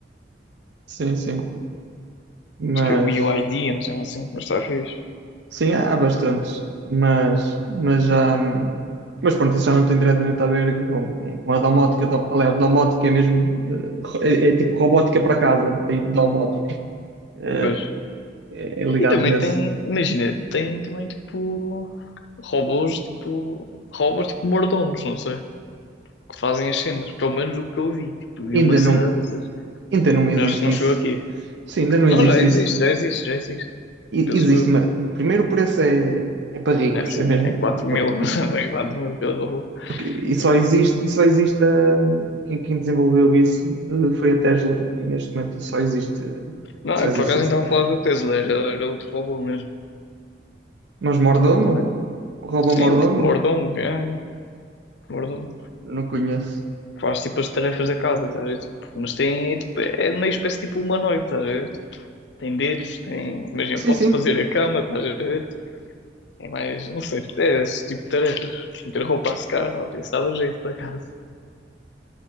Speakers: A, on the right; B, on the left.
A: Sim, sim. Mas
B: acho que é o BYD, não sei assim, mas está fixe.
A: sim, há, há bastantes. Mas, mas já. hum, Mas pronto, isso já não tem diretamente a ver com, com, com a domótica. Dom- Aliás, domótica é mesmo. eh, é, é tipo robótica para casa, daí domótica. Eh,
B: Pois.
A: é, é ligado
B: E também
A: nesse.
B: tem, imagina, tem também tipo robôs, tipo robôs tipo mordomos, não sei, que fazem as cenas, pelo menos o que eu vi, tipo, vi
A: Ainda
B: uma cena
A: não,
B: dessas.
A: ainda não existe
B: Já acho que não chegou
A: isso.
B: aqui.
A: Sim, ainda não existe
B: Não, já existe,
A: isso.
B: já existe, já existe,
A: E-
B: penso
A: Existe
B: eu.
A: uma. Primeiro, o preço é, é para ricos,
B: É assim,
A: é mesmo.
B: é quatro
A: pronto.
B: mil, <laughs> também quatro mil cada robô.
A: Porque, e só
B: É,
A: existe, e só existe hum, quem, quem desenvolveu isso eh, foi a Tesla, e neste momento só existe,
B: Não,
A: só
B: eu
A: existe
B: por acaso
A: essa
B: nem estava
A: Tesla.
B: a falar da Tesla, era, era outro robô mesmo.
A: Mas Mordomo?
B: Não é?
A: O robô
B: Sim,
A: Mordomo?
B: tipo, mordomo, é, é, mordomo.
A: Não conheço.
B: Faz tipo as tarefas da casa, estás a ver? Tipo, mas tem, é, tipo, é meio espécie tipo humanoide, estás a ver? Tem dedos, tem. Imagina,
A: Sim,
B: pode
A: sim.
B: fazer a cama, estás a ver? É mais, não sei, é esse tipo de tarefas. Meter roupa a secar, ó, isso dava jeito por acaso.